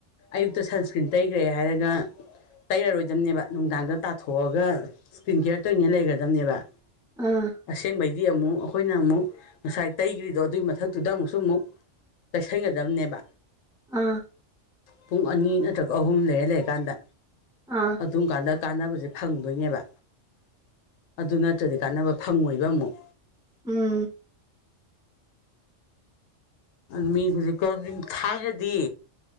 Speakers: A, on the left; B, in the centre.
A: ꯑꯌꯨꯛꯇ ꯁꯟꯁꯀ꯭ꯔꯤꯟ ꯇꯩꯈ꯭ꯔꯦ ꯍꯥꯏꯔꯒ ꯇꯩꯔꯥꯔꯣꯏꯗꯝꯅꯦꯕ ꯅꯨꯡꯗꯥꯡꯗ ꯇꯥꯊꯣꯛꯑꯒ ꯏꯁꯀ꯭ꯔꯤꯟ ꯀꯤꯌꯔ ꯇꯣꯏꯅꯦ ꯂꯩꯒꯗꯥꯝꯅꯦꯕ
B: ꯑꯥ
A: ꯑꯁꯦꯡꯕꯩꯗꯤ ꯑꯃꯨꯛ ꯑꯩꯈꯣꯏꯅ ꯑꯃꯨꯛ ꯉꯁꯥꯏ ꯇꯩꯒ꯭ꯔꯤꯗ ꯑꯗꯣ ꯑꯗꯨꯏ ꯃꯊꯛꯇꯨꯗ ꯑꯃꯨꯛꯁꯨ ꯑꯃꯨꯛ ꯇꯩꯁꯟꯒꯗꯕꯅꯦꯕ
B: ꯑꯥ
A: ꯄꯨꯡ ꯑꯅꯤ ꯅꯠꯇ꯭ꯔꯒ ꯑꯍꯨꯝ ꯂꯩꯔ ꯂꯩꯔꯀꯥꯟꯗ
B: ꯑꯥ
A: ꯑꯗꯨꯝ ꯀꯥꯟꯗ ꯀꯥꯟꯅꯕꯁꯦ ꯐꯪꯗꯣꯏꯅꯦꯕ ꯑꯗꯨ ꯅꯠꯇ꯭ꯔꯗꯤ ꯀꯥꯟꯅꯕ ꯐꯪꯉꯣꯏꯕ ꯑꯃꯨꯛ
B: ꯎꯝ
A: ꯑꯗꯨ ꯃꯤ ꯍꯧꯖꯤꯛꯀꯥꯟꯗꯤ ꯊꯥꯏꯅꯗꯤ